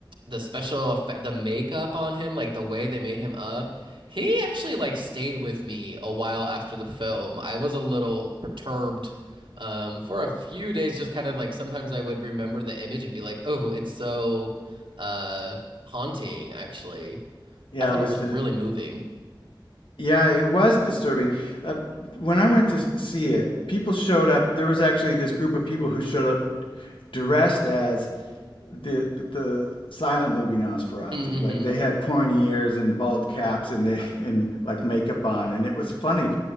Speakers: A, on the right (about 80°); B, on the left (about 85°).
A: the special effect the makeup on him, like the way they made him up, he actually like stayed with me a while after the film. I was a little perturbed um for a few days, just kind of like sometimes I would remember the image and be like, oh, it's so uh haunting actually.
B: Yeah,
A: I thought
B: it was
A: it was
B: the
A: really moving.
B: Yeah, it was disturbing. Uh, when I went to s- see it, people showed up. There was actually this group of people who showed up dressed as the the silent movie Nosferatu.
A: Mm-hmm.
B: Like they had pointy ears and bald caps and they <laughs> and like makeup on, and it was funny.